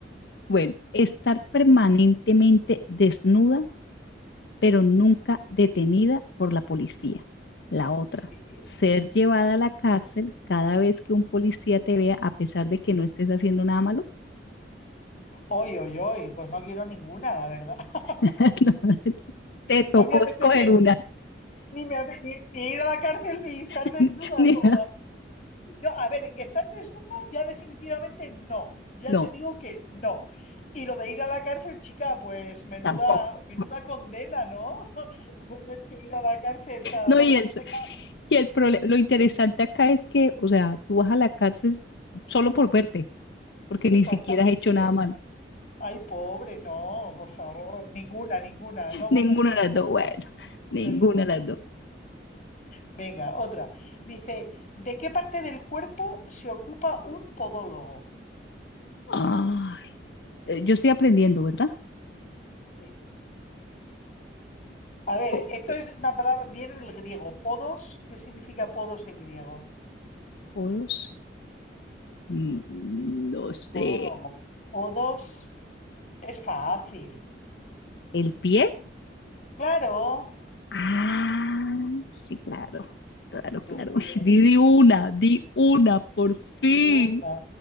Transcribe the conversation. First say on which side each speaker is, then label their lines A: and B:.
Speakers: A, on the left; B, on the left.
A: Bueno, estar permanentemente desnuda, pero nunca detenida por la policía. La otra,
B: Sí.
A: ser llevada a la cárcel cada vez que un policía te vea a pesar de que no estés haciendo nada malo.
B: Hoy, hoy, hoy. Pues no quiero ninguna, la verdad. <laughs>
A: <laughs> No, te tocó
B: No me apetece
A: escoger una.
B: ni, me ape- ni, ni ir a la cárcel ni estar
A: <laughs>
B: desnuda
A: Ni-
B: toda. Yo, a ver, que estar desnuda ya definitivamente no. Ya
A: No,
B: te digo que no. Y lo de ir a la cárcel, chica, pues menuda,
A: tampoco.
B: menuda condena, ¿no? <laughs> Tener que ir a la cárcel cada
A: No,
B: dos
A: y
B: por
A: el,
B: tres.
A: y el prole- lo interesante acá es que, o sea, tú vas a la cárcel solo por verte, porque
B: Exactamente.
A: ni siquiera has hecho nada malo.
B: Ay, pobre, no, por favor, ninguna, ninguna, no
A: Ninguna
B: voto ni-
A: de las dos, bueno,
B: ninguna,
A: ninguna
B: ninguna.
A: de las dos.
B: Venga, otra. Dice, ¿de qué parte del cuerpo se ocupa un podólogo?
A: Ay, eh, yo estoy aprendiendo, ¿verdad?
B: Sí. A ver,
A: O,
B: esto es una palabra, viene del griego, podos, ¿qué significa podos en griego?
A: o dos. Mm, No sé,
B: Podólogo. Podos es fácil.
A: ¿el pie?
B: Claro,
A: Ah, sí, claro, claro,
B: en
A: claro.
B: los pies.
A: <laughs> Uy, Di, di una, di una, por fin.
B: Una.